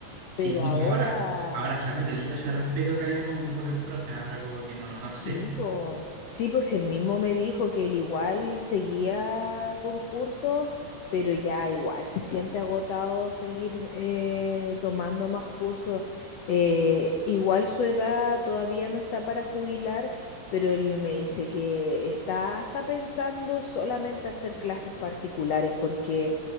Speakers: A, on the right; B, on the left.
A: Sí,
B: pero
A: pues,
B: ahora
A: ahora, ahora se ha perdido ese respeto que había como por el profe, ahora como que no, no
B: Sí,
A: sé.
B: pues, sí, pues él mismo me dijo que él igual seguía con cursos pero ya igual se siente agotado seguir eh, tomando más cursos. Eh, igual su edad todavía no está para jubilar, pero él me dice que está, está pensando solamente hacer clases particulares porque